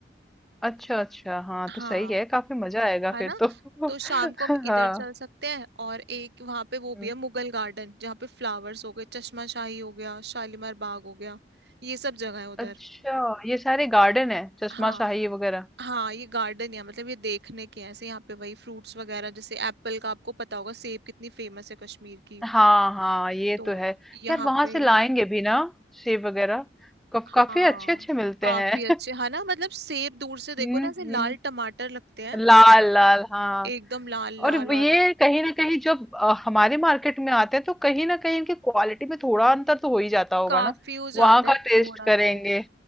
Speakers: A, in the centre; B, on the right.
A: अच्छा, अच्छा। हाँ,
B: हाँ
A: तो सही है, काफ़ी मज़ा आएगा
B: है
A: फिर
B: ना
A: तो। <laughs>
B: तो शाम को हम इधर
A: हाँ,
B: चल सकते हैं और एक वहां पे वो भी
A: हुँ।
B: है मुगल गार्डन जहाँ पे फ्लावर्स हो गए चश्माशाही हो गया शालीमार बाग हो गया ये सब जगह है उधर
A: अच्छा, ये सारे गार्डन हैं, चश्मा
B: हाँ
A: शाही वगैरह?
B: हाँ ये गार्डन है मतलब ये देखने के हैं ऐसे यहाँ पे वही फ्रूट्स वगैरह जैसे एप्पल का आपको पता होगा सेब कितनी फेमस है कश्मीर की
A: हाँ, हाँ, ये
B: तो
A: तो है।
B: यहाँ
A: यार वहाँ
B: पे
A: से लाएँगे भी ना सेब वगैरह? कफ
B: हाँ
A: काफ़ी अच्छे-अच्छे मिलते
B: काफी
A: हैं।
B: अच्छे
A: <laughs>
B: है ना मतलब सेब दूर से देखो
A: हुँ,
B: ना ऐसे
A: हुँ।
B: लाल टमाटर लगते हैं
A: लाल, लाल, हाँ।
B: एकदम लाल
A: और
B: लाल
A: व ये
B: और
A: कहीं न कहीं जब अ, हमारे मार्केट में आते हैं तो कहीं न कहीं इनकी क्वालिटी में थोड़ा अंतर तो हो ही जाता होगा
B: काफी
A: ना?
B: हो जाता
A: वहाँ का
B: है थोड़ा
A: टेस्ट करेंगे
B: तो